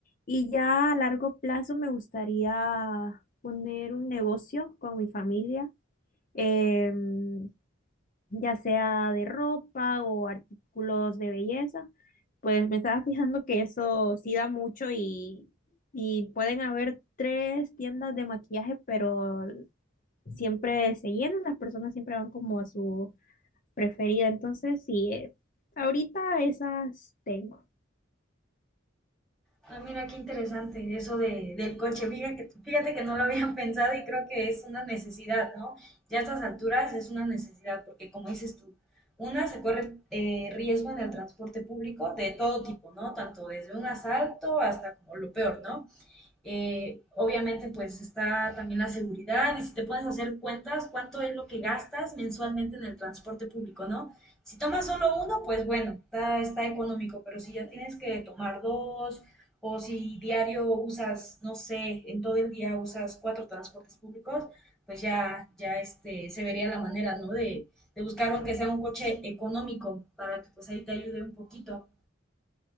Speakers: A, on the left (about 45°); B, in the centre.
A: Y ya a largo plazo me gustaría poner un negocio con mi familia, em, ya sea de ropa o artículos de belleza. Pues me estaba fijando que eso sí da mucho y, y pueden haber tres tiendas de maquillaje, pero siempre se llenan, las personas siempre van como a su preferida. Entonces, sí, eh, ahorita esas tengo.
B: Ah, mira, qué interesante eso de, del coche. Fíjate que, fíjate que no lo habían <laughs> pensado y creo que es una necesidad, ¿no? Ya a estas alturas es una necesidad porque, como dices tú, una se corre eh, riesgo en el transporte público de todo tipo, ¿no? Tanto desde un asalto hasta como lo peor, ¿no? Eh, obviamente, pues está también la seguridad y si te puedes hacer cuentas, cuánto es lo que gastas mensualmente en el transporte público, ¿no? Si tomas solo uno, pues bueno, está, está económico, pero si ya tienes que tomar dos o si diario usas, no sé, en todo el día usas cuatro transportes públicos, pues ya, ya este, se vería la manera, ¿no? De, de buscar aunque sea un coche económico para que pues ahí te ayude un poquito.